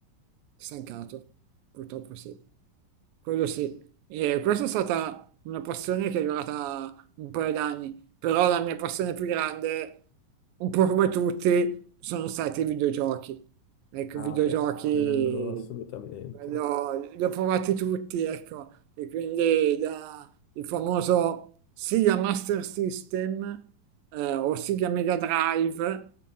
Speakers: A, on the right (about 80°); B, on the left (about 75°).
A: stancato, purtroppo sì. Quello sì, e questa è stata una passione che è durata un paio d'anni, però la mia passione più grande, un po' come tutti, sono stati i videogiochi. Ecco,
B: Ah,
A: i videogiochi
B: beh, quello assolutamente.
A: quello- li ho provati tutti, ecco, e quindi da- il famoso Sega Master System eh, o Sega Mega Drive